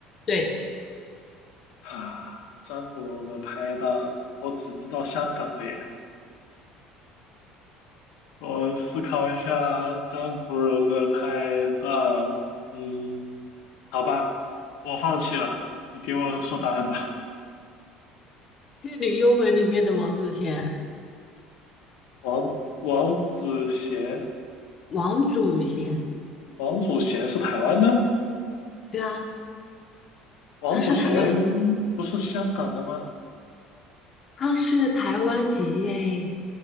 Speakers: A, on the left (about 35°); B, on the left (about 80°).
A: 对，
B: 啊，张国荣的拍档，我只知道香港的耶。我思考一下，张国荣的拍档，嗯，好吧，我放弃了，你给我说答案吧。
A: 《倩女幽魂》里面的王祖贤，
B: 王王祖贤，
A: 王祖贤，
B: 王祖贤是台湾的？
A: 对啊，
B: 王祖贤不是香港的吗？
A: 他是台湾人，他是台湾籍诶，